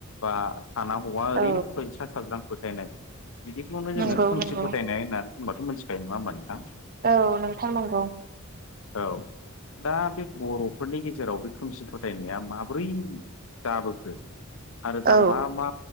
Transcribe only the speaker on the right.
औ
नंगौ
नंगौ
औ नोंथां नंगौ
औ